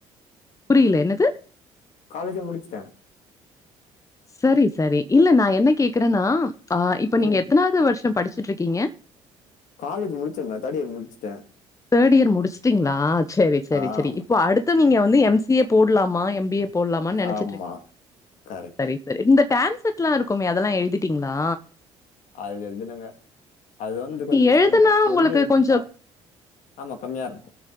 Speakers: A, on the left; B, on the left.
A: புரியல என்னது
B: காலேஜ்ஜு முடிச்ட்டே
A: செரி செரி இல்ல நா என்ன கேக்குறான்னா ஆ இப்ப நீங்க
B: ம்
A: எத்தனாவது வருஷ படிச்சுட்ருக்கீங்க
B: காலேஜ் முடிச்சங்க தேடியர் முடிச்சுட்டே
A: தேடியர் முடிச்ட்டீங்ளா செரி செரி
B: ஆ
A: செரி
B: முடிச்சாச்சு
A: இப்போ அடுத்து நீங்க வந்து எம் சி ஏ போட்லாமா எம் பி ஏ போல்லாமான்னு நெனச்சிட்ருக்கீங்க
B: ஆமா கரெக்ட்
A: செரி செரி இந்த டான் செட்ல்லாயிருக்குமே அதெல்லா எழுதிட்டீங்ளா
B: அது எழுதலங்க அது வந்து கொஞ்சோ மிஸ்
A: எழுதுனா
B: பண்ட்டே
A: உங்களுக்கு
B: எழுதிருக்
A: கொஞ்சோ
B: அ ஆமா கம்மியாருக்கு